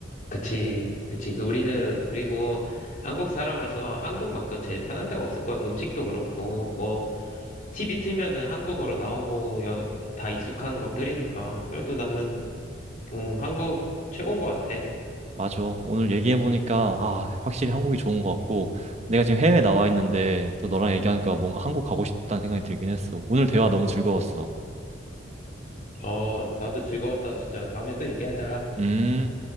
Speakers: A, on the left (about 45°); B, on the right (about 35°).
A: 그치. 그치. 그 우리는, 그리고 한국 사람으로서 한국만큼 제일 편한 데가 없을 거야. 음식도 그렇고, 뭐, TV 틀면은 한국어로 나오고, 여, 다 익숙한 것들이니까. 그래도 나는 응, 한국 최고인 것 같아.
B: 맞아. 오늘 얘기해보니까, 아, 확실히 한국이 좋은 것 같고, 내가 지금 해외에
A: 응.
B: 나와 있는데, 또 너랑 얘기하니까 뭔가 한국 가고 싶다는 생각이 들긴 했어. 오늘 대화 너무 즐거웠어.
A: 어, 나도 즐거웠다. 진짜 다음에 또 얘기하자.
B: 음.